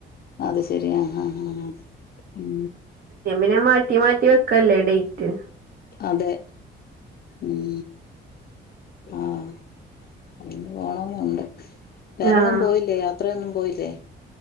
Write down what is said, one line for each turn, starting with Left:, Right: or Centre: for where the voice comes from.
Left: അത് ശരിയാ ആഹ് ഹഹ് ഉം
Right: പിന്ന മാറ്റി മാറ്റി വെക്കല്ലേ ഡേയ്റ്റ്
Left: അതെ ഉം ആഹ് അയിന് പോണന്നുണ്ട് വേറങ്ങും
Right: ആഹ്
Left: പോയില്ലേ യാ ഇത്രയൊന്നും പോയില്ലേ